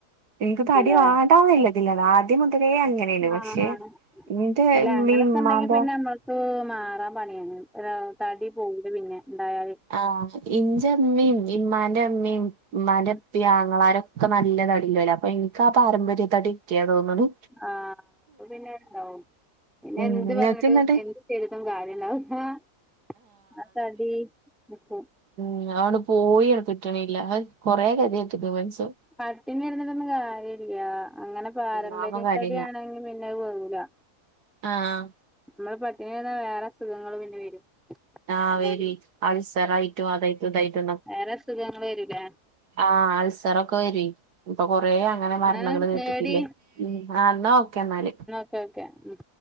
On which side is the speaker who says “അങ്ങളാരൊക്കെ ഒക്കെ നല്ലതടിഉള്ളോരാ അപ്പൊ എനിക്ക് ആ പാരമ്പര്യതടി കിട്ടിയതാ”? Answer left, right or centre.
Right